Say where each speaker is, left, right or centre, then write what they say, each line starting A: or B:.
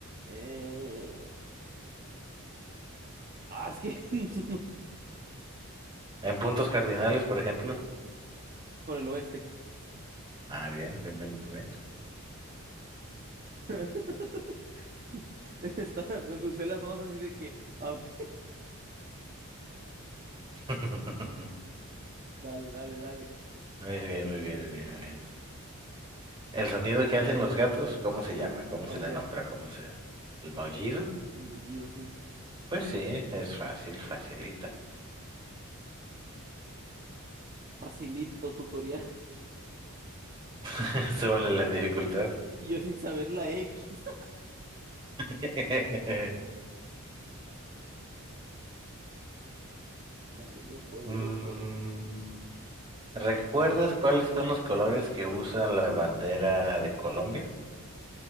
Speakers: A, on the right; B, on the right.
A: Eh, ah, es que <laughs>
B: ¿En puntos cardinales, por ejemplo?
A: por el oeste.
B: Ah, bien, bien, bien, bien. bien.
A: <laughs> Está, me usé las manos así de que, a ver,
B: <laughs>
A: dale, dale, dale.
B: Muy bien, muy bien, muy bien, muy bien. ¿El sonido que hacen los gatos? ¿Cómo se llama? ¿Cómo
A: Maullar,
B: se le nombra? ¿Cómo se...? ¿El maullido?
A: el mullido, sí.
B: Pues sí, es fácil, facilita.
A: Facilito tutorial. <laughs>
B: <laughs> Súbale la dificultad.
A: Y yo sin saber la X.
B: <laughs>
A: <laughs> Dale, yo puedo,
B: Mm,
A: yo puedo.
B: ¿recuerdas cuáles son los colores que usan la bandera de Colombia?